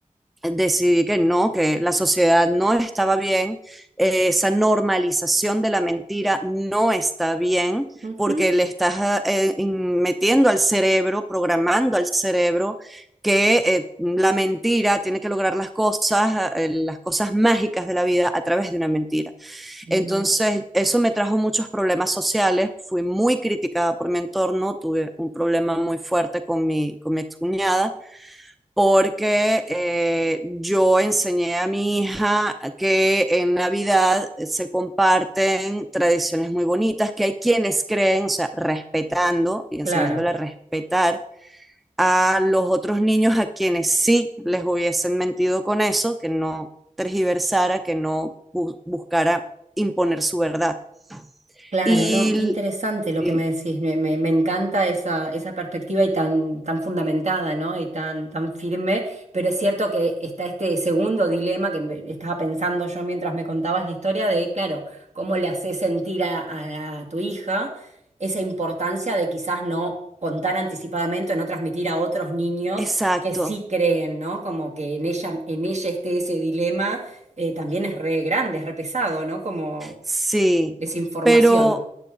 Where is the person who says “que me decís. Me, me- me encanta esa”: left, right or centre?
Right